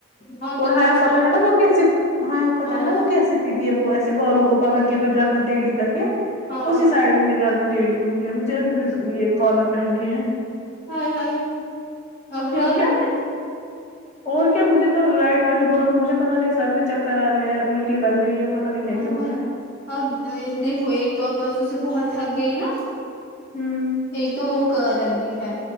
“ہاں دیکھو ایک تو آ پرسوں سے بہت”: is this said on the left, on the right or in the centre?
Left